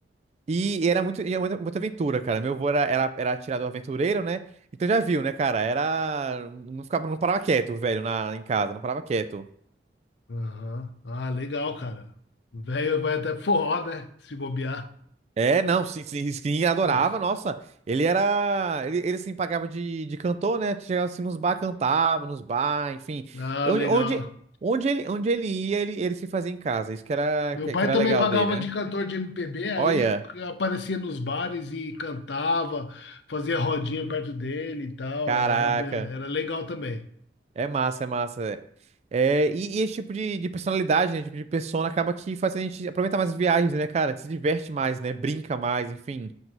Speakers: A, on the right (about 35°); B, on the left (about 75°).
A: E, e era muito, e era muita, muita aventura, cara. Meu avô era, era, era atirador aventureiro, né? Então já viu, né, cara? Era. Não ficava, não parava quieto, velho, na, em casa, não parava quieto.
B: Aham. Ah, legal, cara. O velho vai até forró, né? Se bobear.
A: É, não, sim, sim, sim, adorava,
B: <laughs>
A: nossa. Ele era. Ele, ele assim, pagava de, de cantor, né? Chegava assim nos bar, cantava, nos bar, enfim.
B: Ah,
A: Onde,
B: legal.
A: onde, onde, ele, onde ele ia, ele, ele se fazia em casa. Isso que era,
B: Meu
A: que,
B: pai
A: que era
B: também
A: legal
B: pagava
A: dele,
B: de
A: né?
B: cantor de MPB, aí
A: Olha,
B: aparecia nos bares e cantava, fazia rodinha perto dele e tal,
A: caraca.
B: era, be- era legal também.
A: É massa, é massa. É, e, e esse tipo de, de personalidade, né? Tipo de persona acaba que faz a gente aproveitar mais as viagens, né, cara? Se diverte mais, né? Brinca mais, enfim.